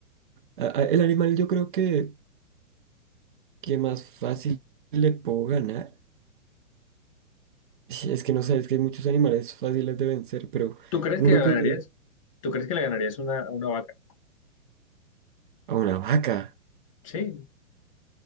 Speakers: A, on the right; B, on the left.
A: a- a- el animal yo creo que, que más fácil le puedo ganar. Sí, Es que no sé, es que hay muchos animales fáciles de vencer, pero
B: ¿Tú crees
A: uno
B: que ganarías?
A: que llegue
B: ¿Tú crees que le ganarías una, a una vaca?
A: a una vaca,
B: Sí.